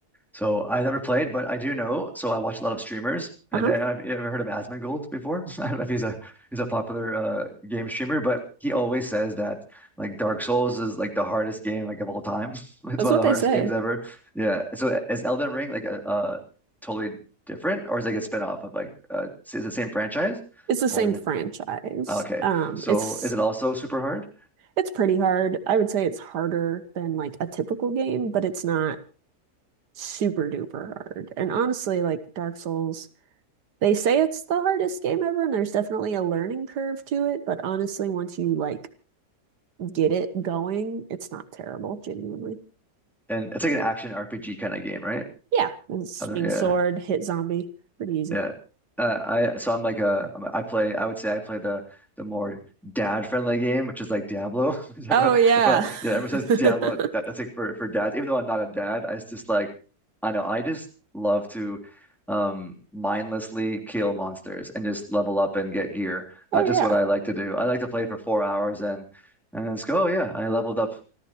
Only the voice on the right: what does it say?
Uh-huh.
That's
what
they
say.
It's the same
franchise.
Um,
it's
it's pretty hard. I would say it's harder than like a typical game, but it's not super duper hard. And honestly, like Dark Souls. They say it's the hardest game ever, and there's definitely a learning curve to it, but honestly, once you like get it going, it's not terrible, genuinely.
Yeah, and swing
sword, hit zombie, pretty easy.
Oh yeah.
<laughs>
Oh
yeah.